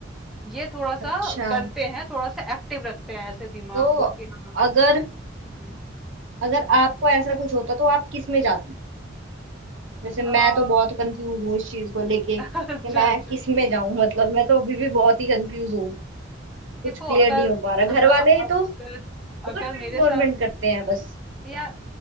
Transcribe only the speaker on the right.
अच्छा
तो
अगर
अगर आपको ऐसा कुछ होता तो आप किस में जाती जैसे
मैं तो बहुत कंफ्यूज हूँ इस चीज को लेके
कि मैं
किस में जाऊं मतलब मैं तो अभी भी बहुत ही कंफ्यूज हूँ कुछ
क्लियर
नहीं हो पा रहा
घर वाले
तो गवर्नमेंट
गवर्नमेंट
करते हैं बस